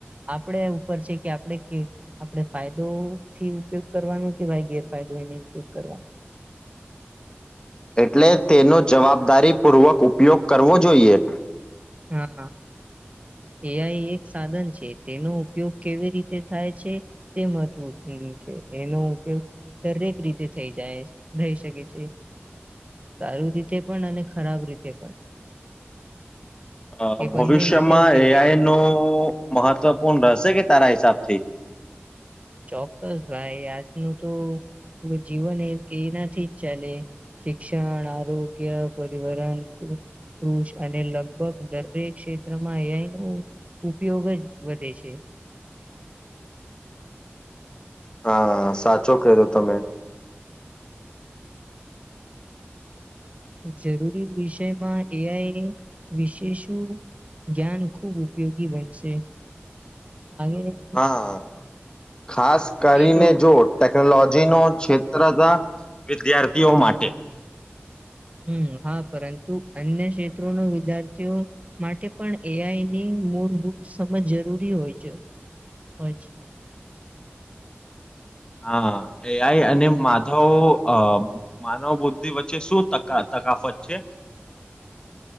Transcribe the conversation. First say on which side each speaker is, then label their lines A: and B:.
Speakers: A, on the right (about 30°); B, on the left (about 20°).
A: આપણે ઉપર છે કે આપણે કે આપણે ફાયદોથી ઉપયોગ કરવાનો કે ભાઈ ગેરફાયદો એની ઉપયોગ કરવાનો.
B: એટલે તેનો જવાબદારી પૂર્વક ઉપયોગ કરવો જોઈએ.
A: હા એ આઇ એક સાધન છે તેનો ઉપયોગ કેવી રીતે થાય છે તે મહત્વ છે એનો ઉપયોગ દરેક રીતે થઈ જાય થઈ શકે છે સારું રીતે પણ અને ખરાબ રીતે પણ.
B: અ
A: એ બંને
B: ભવિષ્યમાં
A: માટે ઉપયોગી
B: એઆઈ
A: છે
B: નું મહત્વપૂર્ણ રહેશે કે તારા હિસાબથી.
A: ચોક્કસ ભાઈ આજનું તો જીવન એ એનાથી. ચાલે શિક્ષણ આરોગ્ય પરિવરન કુષ અને લગભગ દરેક. ક્ષેત્રમાં એ આઇ નું. ઉપયોગ જ વધે છે.
B: હા સાચો કધો તમે.
A: જરૂરી વિષયમાં એઆઈ વિશે શું જ્ઞાન ખૂબ ઉપયોગી બનશે. આગે
B: હા ખાસ કરીને
A: એ તો
B: જો. ટેક્નોલોજી નો ક્ષેત્ર હતા વિદ્યાર્થીઓ માટે.
A: હમ હા પરંતુ અન્ય ક્ષેત્રોના વિદ્યાર્થીઓ માટે પણ એઆઈની મૂળભૂત સમજ જરૂરી હોય છે હોય છે.
B: હા એ આઇ અને માધવ અ માનવ બુદ્ધિ વચ્ચે શુંકા તકા તકાફત છે.